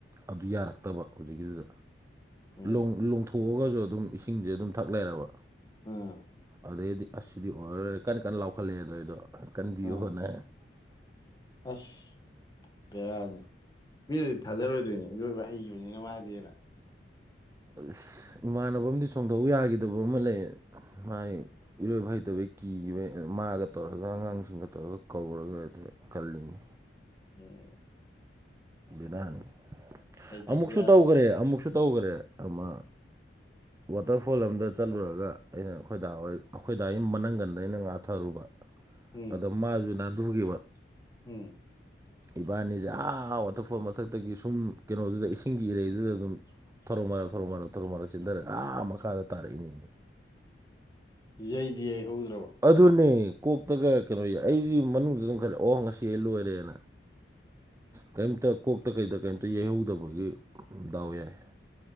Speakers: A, on the right; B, on the left.
A: ꯑꯗꯨ ꯌꯥꯔꯛꯇꯕ ꯍꯧꯖꯤꯛꯀꯤꯗꯨꯗ
B: ꯎꯝ
A: ꯂꯣꯡ ꯂꯣꯡ ꯊꯣꯛꯑꯒꯁꯨ ꯑꯗꯨꯝ ꯏꯁꯤꯡꯁꯦ ꯑꯗꯨꯝ ꯊꯛ ꯂꯩꯔꯕ
B: ꯎꯝ
A: ꯑꯗꯩꯗꯤ ꯑꯁ ꯁꯤꯗꯤ ꯑꯣꯏꯔꯔꯣꯏ ꯀꯟꯅ ꯀꯟꯅ ꯂꯥꯎꯈꯠꯂꯛꯑꯦꯗꯣ ꯑꯩꯗꯣ ꯀꯟꯕꯤꯌꯣꯅ
B: ꯎꯝ ꯑꯁ ꯕꯦꯔꯥꯅꯤ ꯃꯤꯅꯗꯤ ꯊꯥꯖꯔꯣꯏꯗꯨꯏꯅꯤ ꯏꯔꯣꯏꯕ ꯍꯩꯈꯤꯕꯅꯤꯅ ꯃꯥꯗꯤꯅ
A: ꯑꯁ ꯏꯃꯥꯟꯅꯕꯃꯗꯤ ꯆꯣꯡꯗꯧ ꯌꯥꯈꯤꯗꯕ ꯑꯃ ꯂꯩꯌꯦ ꯃꯥꯥꯏ ꯏꯔꯣꯏꯕ ꯍꯩꯇꯕꯩ ꯀꯤꯈꯤꯕꯩ ꯃꯥꯒ ꯇꯧꯔꯒ ꯑꯉꯥꯡꯁꯤꯡꯒ ꯇꯧꯔꯒ ꯀꯧꯔꯒ <unintelligible> ꯀꯜꯂꯤꯅꯤ
B: ꯑꯣ
A: ꯕꯦꯔꯥꯅꯤ
B: ꯍꯩꯇꯕꯗꯤ
A: ꯑꯃꯨꯛꯁꯨ
B: ꯌꯥꯕ
A: ꯇꯧꯒ꯭ꯔꯦ ꯑꯃꯨꯛꯁꯨ ꯇꯧꯒ꯭ꯔꯦ ꯑꯃ
B: <inaudible>
A: ꯋꯥꯇꯔꯐꯣꯜ ꯑꯝꯗ ꯆꯠꯂꯨꯔꯒ ꯑꯩꯅ ꯈꯣꯏꯗꯥ ꯍꯣꯏ ꯈꯣꯏꯗꯥꯒꯤ ꯃꯅꯪꯒꯟꯗ ꯑꯩꯅ ꯉꯥꯊꯔꯨꯕ
B: ꯎꯝ
A: ꯑꯗ ꯃꯥꯁꯨ ꯅꯥꯟꯊꯨꯒꯤꯕ
B: ꯎꯝ
A: ꯏꯕꯥꯅꯤꯁꯦ ꯑꯥ ꯋꯥꯇꯔꯐꯣꯜ ꯃꯊꯛꯇꯒꯤ ꯁꯨꯝ ꯀꯩꯅꯣꯗꯨꯗ ꯏꯁꯤꯡꯒꯤ ꯏꯔꯩꯗꯨꯗ ꯗꯨꯝ ꯊꯧꯛ ꯃꯔꯥꯜ ꯊꯧꯔꯣ ꯃꯔꯥꯜ ꯊꯔꯧ ꯃꯔꯜ ꯆꯤꯟꯊꯔꯒ ꯃꯈꯥꯗ ꯇꯥꯔꯛꯏꯅꯦꯅꯤ
B: ꯌꯩꯗꯤ ꯌꯩꯍꯧꯗ꯭ꯔꯕ
A: ꯑꯗꯨꯅꯦ ꯀꯣꯛꯇꯒ ꯀꯩꯅꯣ ꯑꯩꯁꯤ ꯃꯅꯨꯡꯗ ꯑꯗꯨꯝ ꯈꯜꯂꯦ ꯑꯣ ꯉꯁꯤ ꯂꯣꯏꯔꯦꯅ ꯀꯩꯝꯇ ꯀꯣꯛꯇ ꯀꯩꯗ ꯀꯔꯤꯝꯇ ꯌꯩꯍꯧꯗꯕꯒꯤ ꯗꯥꯎ ꯌꯥꯏ